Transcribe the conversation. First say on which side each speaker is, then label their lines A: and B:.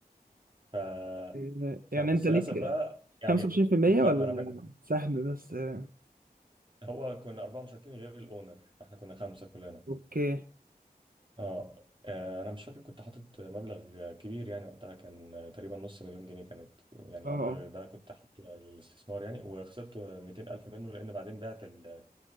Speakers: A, on the right; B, on the right.
A: ف...
B: آه،
A: فبس
B: يعني انت ليك
A: للاسف بقى يعني
B: 25%
A: لا
B: ولا
A: ما انا بقى
B: سهم بس آه،
A: هو كنا اربعه مشاركين غير الاونر فاحنا كنا خمسه كلنا
B: اوكي اه
A: اه آه، انا مش فاكر كنت حاطط مبلغ كبير يعني وقتها كان تقريبا نص مليون جنيه كانت يعني
B: آه.
A: مبلغ ده كنت حاطه للاستثمار يعني وخسرت 200000 منه لان بعدين بعت ال-